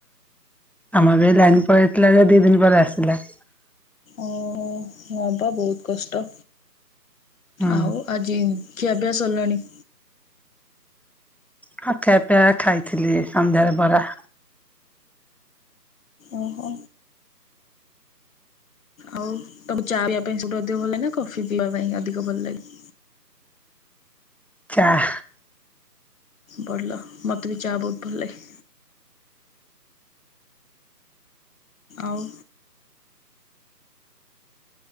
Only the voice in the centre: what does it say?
ଆମର ବି ଲାଇନ ପଳେଇଥିଲା ଯେ ଦି ଦିନି ପରେ ଆସିଲା।
ହୁଁ
ହଁ କ୍ଷାପିଆ ଖାଇଥିଲି ସନ୍ଧ୍ୟାରେ ବରା
ଚା ହା।